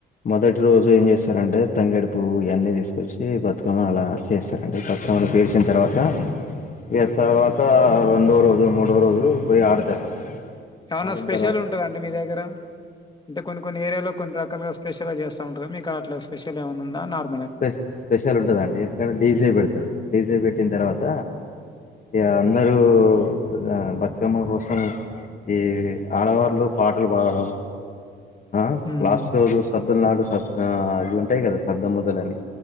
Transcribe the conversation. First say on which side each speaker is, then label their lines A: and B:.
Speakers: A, on the left; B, on the left.
A: మొదటి రోజు ఏం చేస్తారంటే తంగడి పువ్వు ఇవన్నీ తీసుకొచ్చి బతుకమ్మ అలా చేస్తారండి పక్కనోళ్లు పెసిన తర్వాత ఇక తర్వాత రెండో రోజు మూడో రోజు పోయి ఆడతారు.
B: ఏమన్నా
A: ఆడిన
B: స్పెషల్
A: తర్వాత
B: ఉంటాందండి మీ దగ్గర అంటే కొన్ని కొన్ని ఏరియాలో కొన్ని రకాలుగా స్పెషల్ చేస్తా ఉంటారు మీకాడ అట్లా స్పెషల్ ఏమన్న ఉందా నార్మ్
A: స్పె స్పెషల్ ఉంటందండి ఎందుకంటే డీజే పెడతారు డీజే పెట్టిన తర్వాత ఇగా అందరూ ద బతుకమ్మ కోసం ఈ ఆడవాళ్లు పాటలు పాడడం ఆ
B: హ్మ్.
A: లాస్ట్ రోజు సద్దుల నాడు సద్ ఆ ఇవి ఉంటాయి కదా సద్ద ముద్దలని